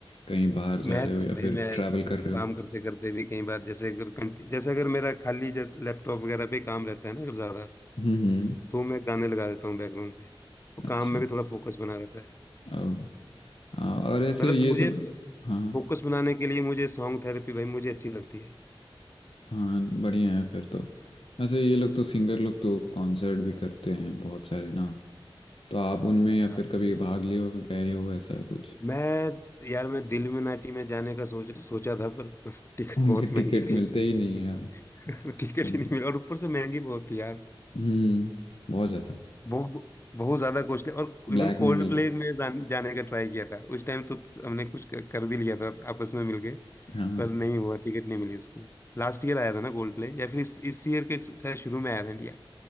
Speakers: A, on the left (about 80°); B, on the left (about 25°).
A: कहीं बाहर जा
B: मैं
A: रहे हो या
B: भाई
A: फिर
B: मैं
A: ट्रैवल कर रहे
B: काम
A: हो
B: करते करते भी कई बार जैसे अगर कंट- जैसे अगर मेरा खाली जैसे लैपटॉप वगैरह पे काम रहता है ना अगर ज्यादा
A: हम्म हम्म,
B: तो मैं गाने लगा देता हूँ बैकग्राउंड पे तो
A: अच्छा
B: काम में भी थोड़ा फोकस बना रहता है
A: ओ आ, और ऐसे
B: मतलब
A: ये
B: मुझे
A: सब हाँ
B: फोकस बनाने के लिए मुझे सॉन्ग थेरेपी भाई मुझे अच्छी लगती है
A: हाँ बढ़िया है फिर तो वैसे ये लोग तो सिंगर लोग तो कॉन्सर्ट भी करते हैं बहुत सारे ना तो आप उनमें या
B: हाँ
A: फिर कभी
B: भाई
A: भाग लिए हो गए हो ऐसा कुछ
B: मैं यार मैं दिल्यूमिनाटी में जाने का सोच सोचा था पर <laughs> टिकट
A: उनके
B: बहुत महंगी
A: टिकट
B: थी
A: मिलते ही नहीं
B: <laughs>
A: है यार
B: टिकट
A: उनके
B: ही नहीं मिला और ऊपर से महंगी बहुत थी यार
A: हम्म बहुत ज़्यादा
B: बहुत बहुत ज्यादा कॉस्टली और
A: ब्लैक
B: इवन
A: में
B: कोल्ड
A: मिल
B: प्ले
A: रहे थे
B: में जान, जाने का ट्राई किया था उस टाइम तो हमने कुछ कर कर भी लिया था आपस में मिलके
A: हाँ
B: पर नहीं हुआ टिकट नहीं मिली उसकी लास्ट ईयर आया था ना कोल्ड प्ले या फिर इस इस ईयर के शायद शुरू में आया था इंडिया